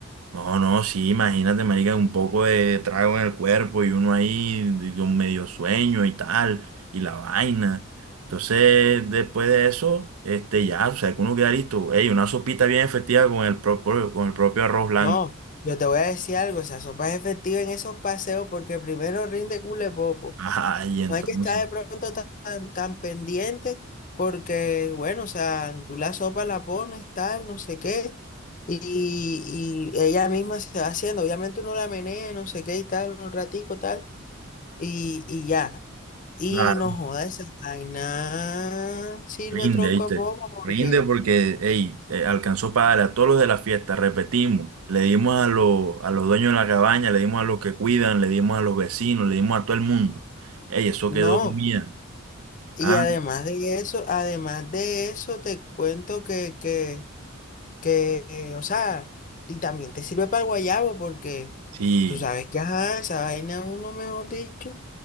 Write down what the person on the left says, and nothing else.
No, yo te voy a decir algo, esa sopa es efectiva en esos paseos porque primero rinde cule poco.
No hay que estar de pronto tan, tan, tan pendiente porque, bueno, o sea, tú la sopa la pones, tal, no sé qué, y, y ella misma se va haciendo. Obviamente uno la menea, no sé qué y tal, un ratico, tal, y, y ya. Y
no joda esa vaina, sirve
tronco
a poco
porque
no.
Y
además de eso, además de eso, te cuento que, que, que, eh, o sea, y también te sirve para el guayabo porque
tú sabes que, ajá, esa vaina uno, mejor dicho.